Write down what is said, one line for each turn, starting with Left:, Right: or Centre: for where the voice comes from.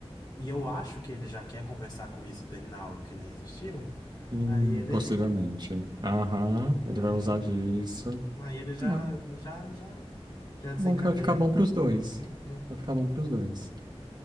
Left: e eu acho que ele já quer conversar com isso, terminar algo que nem existiu,
Right: Hum,
Left: aí ele,
Right: possivelmente. Aham,
Left: <laughs> uhum,
Right: ele vai usar disso.
Left: aí ele já,
Right: Ah,
Left: já, já, já desencadeia
Right: tá bom que vai ficar bom
Left: tudo.
Right: pros dois.
Left: Uhum.
Right: Vai ficar bom pros dois.